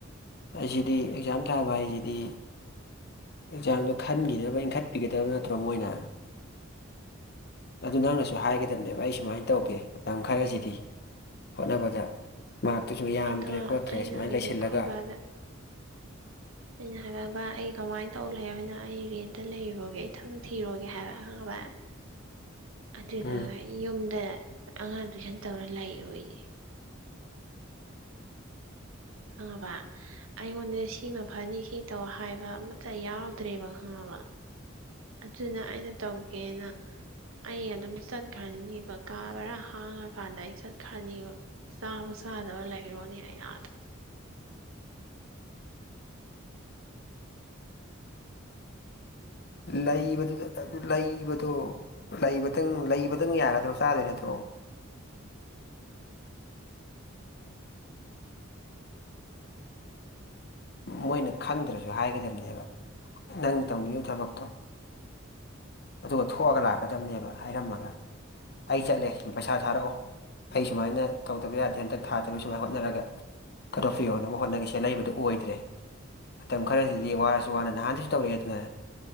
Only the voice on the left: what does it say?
ꯍꯥꯢꯁꯤꯗꯤ ꯑꯦꯛꯖꯥꯝ ꯊꯥꯕ ꯍꯥꯏꯖꯤꯗꯤ ꯑꯦꯛꯖꯥꯝꯗꯣ ꯈꯟꯒꯤꯅꯕ ꯏꯟꯈꯠꯄꯤꯒꯗꯕ ꯅꯠꯇ꯭ꯔꯣ ꯃꯣꯏꯅ ꯑꯗꯨ ꯅꯪꯅꯁꯨ ꯍꯥꯏꯒꯗꯕꯅꯦꯕ ꯑꯩ ꯁꯨꯃꯥꯏꯅ ꯇꯧꯒꯦ ꯃꯇꯝ ꯈꯔꯁꯤꯗꯤ ꯍꯣꯠꯅꯕꯗ ꯃꯥꯛꯇꯨꯁꯨ ꯌꯥꯝꯗ꯭ꯔꯦ
ꯈꯣꯠꯇ꯭ꯔꯦ
ꯁꯨꯃꯥꯏ
ꯂꯩꯁꯤꯜꯂꯒ
ꯎꯝ
ꯂꯩꯕꯗꯨꯗ ꯑꯗꯨ ꯂꯩꯕꯗꯣ ꯂꯩꯕꯇꯪ ꯂꯩꯕꯇꯪ ꯌꯥꯔꯗ꯭ꯔꯣ ꯆꯥꯗꯣꯏ ꯅꯠꯇ꯭ꯔꯣ ꯃꯣꯏꯅ ꯈꯪꯗ꯭ꯔꯁꯨ ꯍꯥꯏꯒꯗꯕꯅꯦꯕ ꯅꯪ ꯇꯧꯅꯤꯡꯉꯤꯕ ꯊꯕꯛꯇꯣ ꯑꯗꯨꯒ ꯊꯣꯛꯑꯒ ꯂꯥꯛꯀꯗꯕꯅꯦꯕ ꯍꯥꯏꯔꯝꯃꯒ ꯑꯩ ꯆꯠꯂꯦ ꯄꯩꯁꯥ ꯊꯥꯔꯛꯑꯣ ꯑꯩ ꯁꯨꯃꯥꯏꯅ ꯇꯧꯗꯕ ꯌꯥꯗꯦ ꯍꯟꯗꯛ ꯊꯥꯗ꯭ꯔꯁꯨ ꯁꯨꯃꯥꯏ ꯍꯣꯠꯅꯔꯒ ꯀꯠ ꯑꯣꯐꯇꯨ ꯌꯧꯅꯕ ꯍꯣꯠꯅꯒꯦ ꯁꯤ ꯂꯩꯕꯗꯨ ꯑꯣꯏꯗ꯭ꯔꯦ ꯃꯇꯝ ꯈꯔꯗꯗꯤ ꯋꯥꯔꯁꯨ ꯋꯥꯅ ꯅꯍꯥꯟꯗꯩꯁꯨ ꯇꯧꯔꯛꯑꯦꯗꯅ